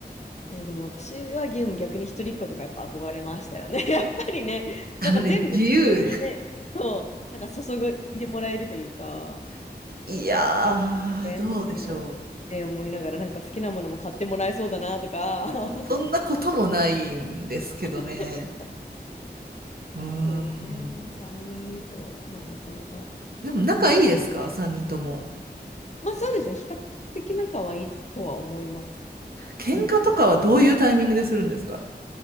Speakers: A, on the left; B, on the right.
A: えーでも私はゲーム逆に一人っ子とかやっぱ憧れましたよね。<laughs> やっぱりね、
B: あのね、
A: なんか全部自分にね、
B: 自由。
A: そう、なんか注いでもらえるというか、
B: <laughs> いや
A: 羨ましいなって思いながら、
B: ー、どうでしょう。
A: なんか好きなものも買ってもらえそうだなとか、<laughs> なんか考
B: そんなこともないんですけどね。
A: えちゃったんですか。<laughs>
B: うーん。
A: そうね、3人いると、まあなかなか、
B: でも仲いいですか ?3 人とも。
A: まあそうですね、比較的仲はいいとは思います。
B: 喧嘩とかはどういうタイミングでするんですか
A: うん。